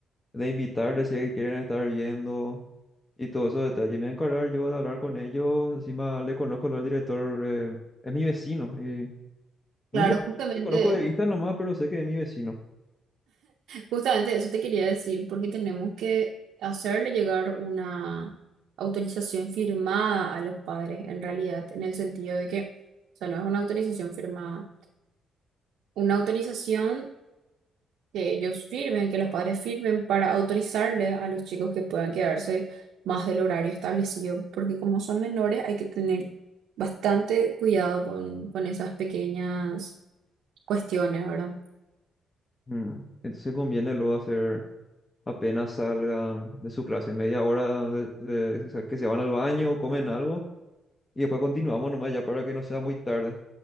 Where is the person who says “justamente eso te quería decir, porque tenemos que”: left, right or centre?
Right